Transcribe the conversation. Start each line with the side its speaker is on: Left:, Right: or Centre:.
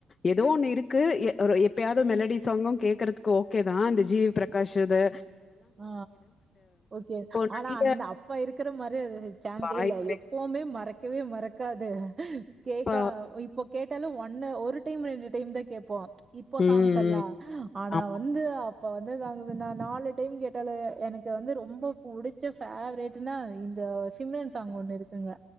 Left: ஏதோ ஒண்ணு இருக்கு எ ஒரு எப்பயாது மெலடி சாங்கும் கேக்குறதுக்கு ஓகேதா இந்த ஜீ வி பிரகாஷுது
Right: ஆ ஓகே
Left: நெறைய
Right: ஆனா அந்த அப்ப இருக்கிற மாரி இது சான்சே
Left: வாய்ப்பே
Right: இல்ல எ ப்பவுமே மறக்கவே மறக்காது கேக்கா
Left: பா
Right: இப்போ கேட்டாலு ஒன்ன ஒரு டைம் ரெண்டு டைம்தா கேப்போ இப்போ
Left: ம், ம்.
Right: சாங்ஸ் எல்லா ஆனா
Left: ஆமா.
Right: வந்து அ இப்ப வந்து இது ஆகுதுன்னா நாலு டைம் கேட்டாலே எனக்கு வந்து ரொம்ப புடிச்ச ஃபேவரேட்னா இந்த சிம்ரன் சாங் ஒண்ணு இருக்குங்க